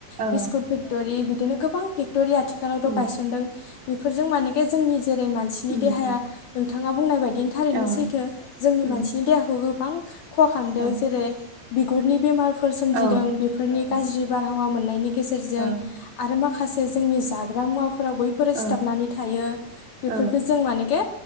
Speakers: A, on the right; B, on the left.
A: ओ
B: बिस्कुट फेक्टरि बिदिनो गोबां फेक्टरि आथिखालावथ'
A: उम
B: गायसनदों। बेफोरजों मानेके जोंनि जेरै मानसिनि
A: उम
B: देहाया
A: उम
B: नोंथांङा बुंनाय बायदिनो थारैनो
A: औ
B: सैथो जोंनि
A: उम
B: मानसिनि देहाखौ गोबां खहा खालामदों
A: औ
B: जेरै बिगुरनि बेमारफोर सोमजिदों
A: औ
B: बेफो गाज्रि
A: उम
B: बारहावा मोननायनि गेजेरजों
A: ओ
B: आरो माखासे जोंनि जाग्रा मुवा फ फोराव बैफोरो सिथाबनानै
A: ओ
B: थायो बेफोरखो
A: ओ
B: जों माने के